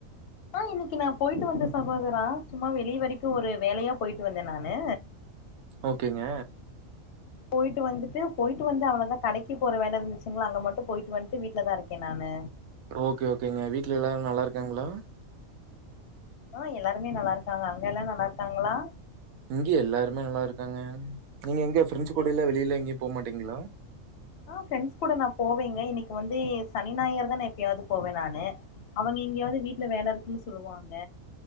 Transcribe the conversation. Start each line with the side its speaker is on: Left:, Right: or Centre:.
Left: ஆ இன்னக்கி நா போயிட்டு வந்தே சகோதரா சும்மா வெளிய வரைக்கு ஒரு வேலையா போயிட்டு வந்தே நானு
Right: ஓகேங்க
Left: போயிட்டு வந்துட்டு போயிட்டு வந்தே அவ்ளோதா கடக்கி போற வேலெருந்துச்சுங்ளா அங்க மட்டு போயிட்டு வந்துட்டு வீட்ல தா இருக்கே நானு
Right: ஓகே ஓகேங்க வீட்ல எல்லாரு நல்லாருக்காங்ளா
Left: ஆஹ் எல்லாருமே நல்லாருக்காங்க அங்கெல்லா நல்லாருக்காங்ளா
Right: இங்கெயேல்லாருமே நல்லாருக்காங்க நீங்க எங்க ஃப்ரெண்ட்ஸ்
Left: சரி.
Right: கூடலா வெளில எங்கயு போமாட்டீங்ளா
Left: ஆ ஃப்ரெண்ட்ஸ் குட நா போவேங்க இன்னிக்கு வந்து சனி நாயர் தா நா எப்பயாவது போவே நானு அவுங் இங்கியாது வீட்ல வேலருக்குன்னு சொல்லுவாங்க